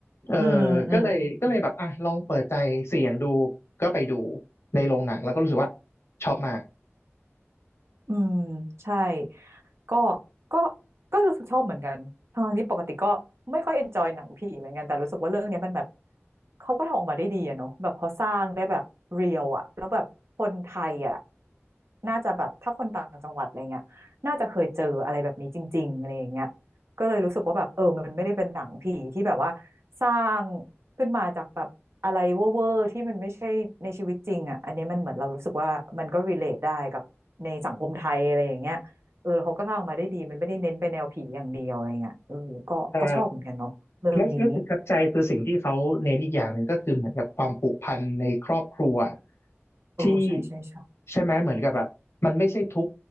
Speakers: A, on the left (about 65°); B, on the right (about 65°).
A: เออ
B: อืมอืม
A: ก็เลยก็เลยแบบอ่ะลองเปิดใจเสี่ยงดูก็ไปดูในโรงหนังแล้วก็รู้สึกว่าชอบมาก
B: อืมใช่ ก็ก็ก็รู้สึกชอบเหมือนกันทั้งนที่ปกติก็ไม่ค่อยเอนจอยหนังผีเหมือนกันแต่รู้สึกว่าเรื่องเนี้ยมันแบบเขาก็ทำออกมาได้ดีอะเนาะแบบเขาสร้างได้แบบเรียลอะแล้วแบบคนไทยอะน่าจะแบบถ้าคนต่างจังหวัดอะไรเงี้ยน่าจะเคยเจออะไรแบบนี้จริงๆอะไรอย่างเงี้ยก็เลยรู้สึกว่าแบบเออมันไม่ได้เป็นหนังผีที่แบบว่าสร้างขึ้นมาจากแบบอะไรเวอร์ๆที่มันไม่ใช่ในชีวิตจริงอ่ะอันนี้มันเหมือนเรารู้สึกว่ามันก็ relate ได้กับในสังคมไทยอะไรอย่างเงี้ย เออแล้วเขาก็สร้างมาได้ดีมันไม่ได้เน้นไปแนวผีอย่างเดียวอะไรเงี้ยเออก็ก็ชอบเหมือนกันเนาะเรื่องนี้
A: ใช่ และและประทับใจคือสิ่งที่เขาเน้นอีกอย่างหนึ่งก็คือเหมือนกับความผูกพันในครอบครัว
B: เออใช่ใช่ใช่
A: ที่ใช่ไหมเหมือนกับแบบมันไม่ใช่ทุก